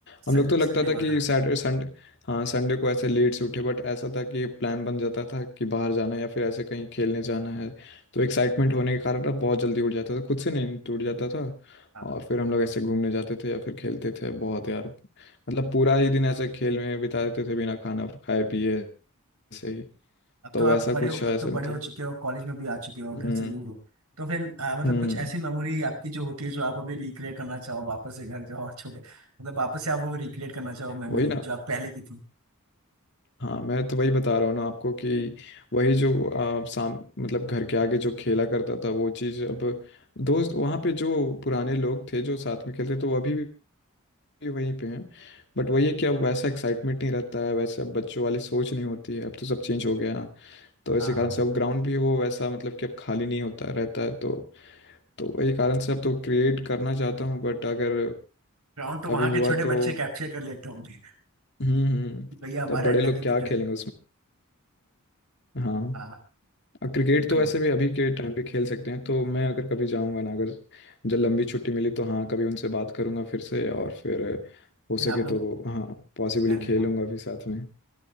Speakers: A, on the left (about 50°); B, on the right (about 85°).
A: हम
B: सन,
A: लोग तो लगता
B: संडे
A: था कि
B: वाला
A: सैटरडे संडे हाँ संडे को ऐसे लेट से उठे बट ऐसा था कि प्लान बन जाता था कि बाहर जाना है या फिर ऐसे कहीं खेलने जाना है तो एक्साइटमेंट होने के कारण अब बहुत जल्दी उठ जाता था खुद से नहीं टूट जाता था
B: हाँ
A: और फिर हम लोग ऐसे घूमने जाते थे या फिर खेलते थे बहुत यार मतलब पूरा ही दिन ऐसे खेल में बिता देते थे बिना खाना खाए पिए सही
B: अब
A: तो
B: तो आप
A: ऐसा
B: बड़े
A: कुछ
B: हो
A: है
B: अब
A: ऐसे
B: तो बड़े
A: मतलब
B: हो चुके हो कॉलेज में भी आ चुके हो
A: हम्म
B: घर से दूर हो तो फिर आ, मतलब
A: हम्म
B: कुछ ऐसी मेमोरी आपकी जो होती है जो आप अभी रिक्रिएट करना चाहो वापस से घर जाओ और छोटे मतलब वापस से आप वो रिक्रिएट करना चाहो मेमोरी
A: वही ना
B: जो आप पहले की थी
A: हाँ मैं तो वही बता रहा हूँ ना आपको कि वही जो आ, साम मतलब घर के आगे जो खेला करता था वो चीज़ अब दोस्त वहाँ पे जो पुराने लोग थे जो साथ में खेलते तो वो अभी भी वहीं पे हैं बट वही है कि अब वैसा एक्साइटमेंट नहीं रहता है वैसे अब बच्चों वाली सोच नहीं होती है अब तो सब चेंज हो गया है ना तो इसी
B: हाँ
A: कारण से अब ग्राउंड भी वो वैसा मतलब कि अब खाली नहीं होता रहता है तो तो वही कारण से अब तो क्रिएट करना चाहता हूँ बट अगर
B: ग्राउंड तो
A: कभी
B: वहां
A: हुआ
B: के छोटे
A: तो
B: बच्चे कैप्चर कर लेते होंगे
A: हम्म हम्म
B: कि भैया हमारा
A: तो अब बड़े
B: अड्डा
A: लोग
B: की
A: क्या
B: पकड़े
A: खेलेंगे उसमें हाँ
B: हाँ
A: और क्रिकेट
B: बिल्कुल
A: तो वैसे भी अभी के टाइम पे खेल सकते हैं तो मैं अगर कभी जाऊंगा ना अगर जब लंबी छुट्टी मिली तो हाँ कभी उनसे बात करूंगा फिर से और फिर हो
B: फिर
A: सके
B: आप लोग
A: तो हाँ पॉसिबली
B: प्लान
A: खेलूंगा
B: बनाओ
A: भी साथ में